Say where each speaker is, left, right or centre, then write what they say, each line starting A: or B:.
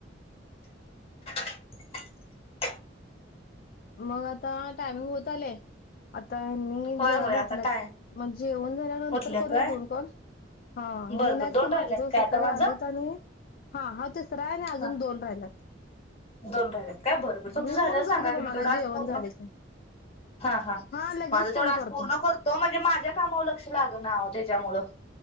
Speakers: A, on the left; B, on the left.
A: <unintelligible>
B: मग आता टायमिंग होत आलंय. तानी
A: होय
B: जेवायला
A: होय आता
B: उठल्यात
A: काय
B: मग जेवन झाल्यानंतर
A: उठल्या
B: करूया
A: काय
B: दोन कॉल हा
A: बरं
B: नाहीत
A: बर दोन
B: कोण
A: राहिल्यात
B: आते तो
A: काय
B: सकाळी
A: आता माझं
B: आलीत आणि हा हा तिसरा आहे आणि अजून
A: हा
B: दोन राहिलात.
A: दोन राहिल्यात काय बर बर तुमचं
B: मी
A: झाल्यावर
B: फोन
A: सांगा
B: करतो
A: की
B: तुम्हाला
A: मी तेवडं आज
B: जेवण
A: पूर्ण
B: झाले की
A: हा हा
B: लगेच
A: माझं
B: फोन
A: तेवढं आज
B: करतो
A: पूर्ण करतो म्हणजे माझ्या कामावर लक्ष लाग ना ओ त्याच्यामुळं